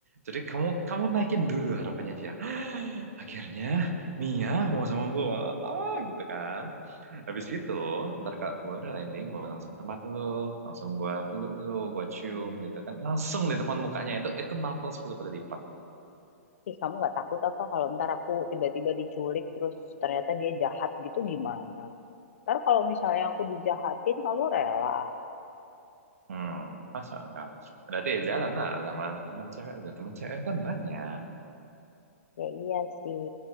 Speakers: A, on the right; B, on the left.
A: jadi kamu kamu naikin dulu harapannya dia, Akhirnya Mia mau sama gue, ah gitu kan. Habis gitu, ntar kalau gue udah landing, gue langsung ke tempat lu, langsung gue peluk lu, gue cium gitu kan. Langsung di depan mukanya itu, itu nampol 10 kali lipat.
B: Ih, kamu nggak takut apa kalau ntar aku tiba-tiba diculik terus ternyata dia jahat gitu gimana? Ntar kalau misalnya aku dijahatin kamu rela.
A: Hmm, masa enggak? Berarti ya jalan lah sama temen cewek lu, temen cewek kan banyak.
B: Ya iya sih,